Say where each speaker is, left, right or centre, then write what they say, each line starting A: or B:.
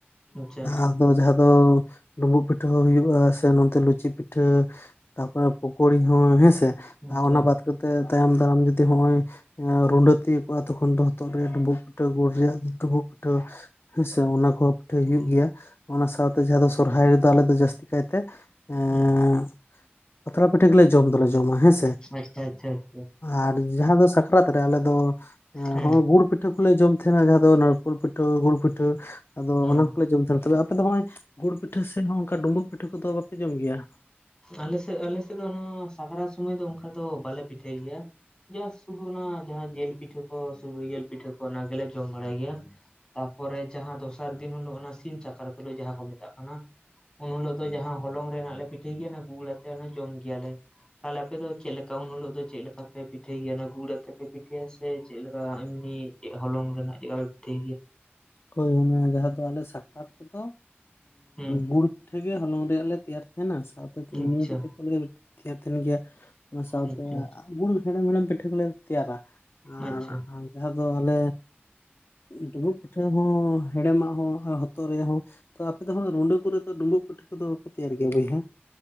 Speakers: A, on the left; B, on the left.
A: ᱟᱪᱪᱷᱟ ᱟᱪᱪᱷᱟ
B: ᱟᱫᱚ ᱡᱟᱦᱟᱸ ᱫᱚ, ᱰᱩᱸᱵᱩᱜ ᱯᱤᱴᱷᱟᱹ ᱦᱚᱸ ᱦᱩᱭᱩᱜᱼᱟ ᱥᱮ ᱱᱚᱛᱮ ᱞᱩᱪᱤ ᱯᱤᱴᱷᱟᱹ ᱛᱟᱯᱚᱨᱮ ᱯᱚᱠᱳᱲᱤ ᱦᱚᱸ ᱦᱮᱸᱥᱮ,
A: ᱟᱪᱪᱷᱟ
B: ᱟᱨ ᱚᱱᱟ ᱵᱟᱫ ᱠᱟᱛᱮ ᱛᱟᱭᱚᱢ ᱫᱟᱨᱟᱢ ᱡᱩᱫᱤ ᱦᱚᱸᱜᱼᱚᱭ ᱨᱩᱸᱰᱟᱹ ᱛᱤᱭᱳᱜ ᱛᱚᱠᱷᱚᱱ ᱫᱚ ᱦᱚᱛᱚᱜ ᱨᱮᱭᱟᱜ ᱰᱩᱸᱵᱩᱜ ᱯᱤᱴᱷᱟᱹ ᱜᱩᱲ ᱨᱮᱭᱟᱜ ᱰᱩᱸᱵᱩᱜ ᱯᱤᱴᱷᱟᱹ ᱦᱮᱸᱥᱮ ᱚᱱᱟ ᱠᱚ, ᱯᱤᱴᱷᱟᱹ ᱦᱩᱭᱩᱜ
A: ᱦᱮᱸ
B: ᱜᱮᱭᱟ ᱚᱱᱟ ᱥᱟᱶᱛᱮ ᱡᱟᱦᱟᱸ ᱫᱚ ᱥᱚᱨᱦᱟᱭ ᱨᱮᱫᱚ ᱟᱞᱮ ᱫᱚ ᱡᱟᱹᱥᱛᱤ ᱠᱟᱭᱛᱮ ᱮᱸᱻ
A: ᱦᱩᱸ
B: ᱯᱟᱛᱲᱟ ᱯᱤᱴᱷᱟᱹ ᱜᱮᱞᱮ ᱡᱚᱢ ᱫᱚᱞᱮ ᱡᱚᱢᱟ ᱦᱮᱸᱥᱮ
A: ᱟᱪᱪᱷᱟ ᱟᱪᱪᱷᱟ ᱟᱪᱪᱷᱟ
B: ᱟᱨ ᱡᱟᱦᱟᱸ ᱫᱚ ᱥᱟᱠᱨᱟᱛ ᱨᱮ ᱟᱞᱮ ᱫᱚ
A: ᱦᱮᱸ
B: ᱜᱩᱲ ᱜᱩᱲ ᱯᱤᱴᱷᱟᱹ ᱯᱤᱴᱷᱟᱹ ᱠᱚᱞᱮ ᱡᱚᱢ ᱛᱟᱦᱮᱱᱟ ᱡᱟᱦᱟᱸ ᱫᱚ ᱱᱟᱲᱠᱳᱲ ᱯᱤᱴᱷᱟᱹ ᱜᱩᱲ ᱯᱤᱴᱷᱟᱹ ᱟᱫᱚ
A: ᱚ
B: ᱚᱱᱟ ᱠᱚᱞᱮ ᱡᱚᱢ ᱛᱟᱦᱮᱱᱟ ᱛᱮ ᱟᱯᱮ ᱫᱚ ᱱᱚᱜᱼᱚᱭ ᱜᱩᱲ ᱯᱤᱴᱷᱟᱹ ᱥᱮ ᱦᱚᱸ ᱚᱱᱠᱟ ᱰᱩᱸᱵᱩᱜ ᱯᱤᱴᱷᱟᱹ ᱠᱚᱫᱚ ᱵᱟᱯᱮ ᱡᱚᱢ ᱜᱮᱭᱟ
A: ᱟᱞᱮᱥᱮᱫ ᱟᱞᱮᱥᱮᱫ ᱫᱚ ᱦᱟᱜ ᱥᱟᱠᱨᱟᱛ ᱥᱚᱢᱚᱭ ᱫᱚ ᱚᱱᱠᱟ ᱫᱚ ᱵᱟᱞᱮ ᱯᱤᱴᱷᱟᱹᱭ ᱜᱮᱭᱟ᱾ ᱡᱟ ᱥᱩᱫᱩ ᱚᱱᱟ ᱡᱟᱦᱟᱸ ᱡᱤᱞ ᱯᱤᱴᱷᱟᱹ ᱠᱚ ᱥᱩᱠᱨᱤ ᱡᱤᱞ ᱯᱤᱴᱷᱟᱹ ᱠᱚ ᱚᱱᱟ ᱜᱮᱞᱮ ᱡᱚᱢ ᱵᱟᱲᱟᱭ ᱜᱮᱭᱟ᱾ ᱛᱟᱨᱯᱚᱨᱮ ᱡᱟᱦᱟᱸ ᱫᱚᱥᱟᱨ ᱫᱤᱱ ᱦᱤᱞᱳᱜ ᱚᱱᱟ ᱥᱤᱢ ᱪᱟᱠᱨᱟᱛ ᱛᱩᱞᱩᱡ ᱡᱟᱦᱟᱸ ᱠᱚ ᱢᱮᱛᱟᱜ ᱠᱟᱱᱟ᱾ ᱩᱱ ᱦᱤᱞᱳᱜ ᱫᱚ ᱡᱟᱦᱟᱸ ᱦᱚᱞᱚᱝ ᱨᱮᱱᱟᱜ ᱞᱮ ᱯᱤᱴᱷᱟᱹᱭ ᱜᱮᱭᱟ ᱚᱱᱟ ᱜᱩᱲ ᱟᱛᱮ ᱚᱱᱟ ᱡᱚᱢ ᱜᱮᱭᱟᱞᱮ᱾ ᱛᱟᱦᱚᱞᱮ ᱟᱯᱮ ᱫᱚ ᱪᱮᱫ ᱞᱮᱠᱟ ᱩᱱ ᱦᱤᱞᱳᱜ ᱫᱚ ᱪᱮᱫ ᱞᱮᱠᱟ ᱯᱮ ᱯᱤᱴᱷᱟᱹᱭ ᱜᱮᱭᱟ ᱚᱱᱟ ᱜᱩᱲ ᱟᱛᱮ ᱯᱮ ᱯᱤᱴᱷᱟᱹᱭᱟ ᱥᱮ ᱪᱮᱫ ᱞᱮᱠᱟ ᱮᱢᱱᱤ ᱪᱮᱫ ᱦᱚᱞᱚᱝ ᱨᱮᱱᱟᱜ ᱪᱮᱫ ᱞᱮᱠᱟ ᱠᱚ ᱯᱤᱴᱷᱟᱹ ᱜᱮᱭᱟ
B: ᱦᱳᱭ ᱚᱱᱟ ᱡᱟᱦᱟᱸ ᱫᱚ ᱟᱞᱮ ᱥᱟᱠᱨᱟᱛ ᱨᱮᱫᱚ
A: ᱦᱩᱸ
B: ᱜᱩᱲ ᱯᱤᱴᱷᱟᱹ ᱜᱮ ᱦᱚᱞᱚᱝ ᱨᱮᱭᱟᱜ ᱞᱮ ᱛᱮᱭᱟᱨ ᱛᱟᱸᱦᱮᱱᱟ ᱥᱟᱶᱛᱮ ᱛᱤᱞᱢᱤᱧ
A: ᱟᱪᱪᱷᱟ
B: ᱯᱤᱴᱷᱟᱹ ᱠᱚ ᱞᱟᱹᱜᱤᱫ ᱛᱮᱭᱟᱨ ᱛᱟᱸᱦᱮᱱ ᱜᱮᱭᱟ, ᱚᱱᱟ
A: ᱟᱪᱪᱷᱟ
B: ᱥᱟᱶᱛᱮ
A: ᱟᱪᱪᱷᱟ
B: ᱜᱩᱲ ᱦᱮᱲᱮᱢ ᱦᱮᱲᱮᱢ ᱯᱤᱴᱷᱟᱹ ᱠᱚ ᱞᱮ ᱛᱮᱭᱟᱨᱟ ᱟᱨ
A: ᱟᱪᱪᱷᱟ
B: ᱡᱟᱦᱟᱸ ᱫᱚ ᱟᱞᱮ ᱰᱩᱢᱵᱩᱜ ᱯᱤᱴᱷᱟᱹ ᱦᱚᱸ ᱦᱮᱲᱮᱢᱟᱜ ᱦᱚᱸ ᱟᱨ ᱦᱚᱛᱚᱜ ᱨᱮᱭᱟᱜ ᱦᱚᱸ ᱛᱚ ᱟᱯᱮ ᱫᱚ ᱨᱩᱸᱰᱟᱹ ᱠᱚᱨᱮ ᱫᱚ ᱰᱩᱸᱵᱩᱜ ᱯᱤᱴᱷᱟᱹ ᱠᱚᱫᱚ ᱵᱟᱯᱮ ᱛᱮᱭᱟᱨ ᱜᱮᱭᱟ ᱵᱚᱭᱦᱟ